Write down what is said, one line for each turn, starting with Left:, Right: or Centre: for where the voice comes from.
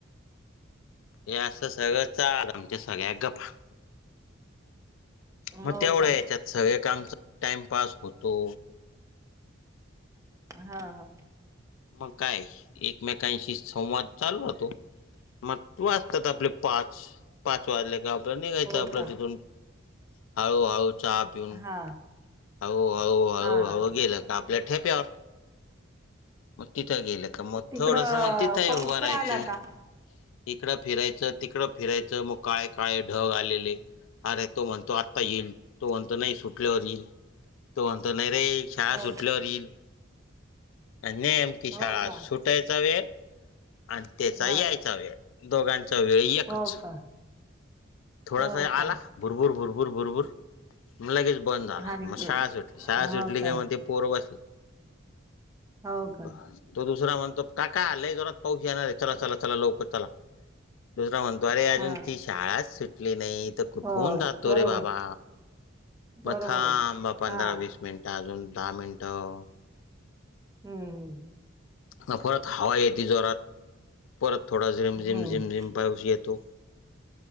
Left: हे आसं सगळं चाल आमच्या सगळ्या गप्पा
Right: हो
Left: म तेवढ्या
Right: का
Left: हेच्यात सगळे कामच टाइमपास होतो
Right: हा हा.
Left: मग काय एकमेकांशी संवाद चालू राहतो. मग वाजतात आपले पाच पाच वाजले का आपल निघायचं
Right: हो
Left: आपलं
Right: का
Left: तिथून हाळू हाळू चहा पिऊन
Right: हा
Left: हळू, हळू, हळू,
Right: हा हा
Left: हळू, गेलं का आपल्या ठेप्यावर मग तिथं गेलं का मग
Right: तिकडं
Left: थोडस मग तिथं
Right: पाऊस
Left: ही उभं
Right: नाही
Left: राहायचं.
Right: आला का
Left: इकडं फिरायचं तिकडं फिरायचं म काळे काळे ढग आलेले आरे तो म्हणतो आत्ता येईल तो म्हणतो नाही सुटल्यावर येईल तो म्हणतो नाही रे शाळा
Right: हो
Left: सुटल्यावर येईल. आणि नेमकी शाळा
Right: हो का
Left: सुटायचा वेळ आण तेचा
Right: हा
Left: यायचा वेळ दोघांचा वेळ एकच.
Right: हो का हो
Left: थोडासा
Right: का
Left: आला भूरभुर, भुरभूर, भुरभुर म लगेच बंद झाला
Right: हानिके
Left: म शाळा सुटली शाळा
Right: हो
Left: सुटली कि
Right: का
Left: मग ते पोर बसले.
Right: हो का
Left: <inaudible> तो दुसरा म्हणतो काका लय जोरात पाऊस येणार आहे चला चला चला लवकर चला. दुसरा म्हणतो रे अजून
Right: हा
Left: ती शाळाच सुटली नाही तर कुठून
Right: हो
Left: जातो
Right: बरोबर
Left: रे बाबा.
Right: बरोबर
Left: मग थांबा
Right: आहे
Left: पंधरा
Right: हा
Left: वीस मिनिटं अजून दहा मिनटं.
Right: हम्म हम्
Left: नफरत हवा येती जोरात. परत थोडा रीम झिम
Right: हम्म
Left: रिम झिम पाऊस येतो.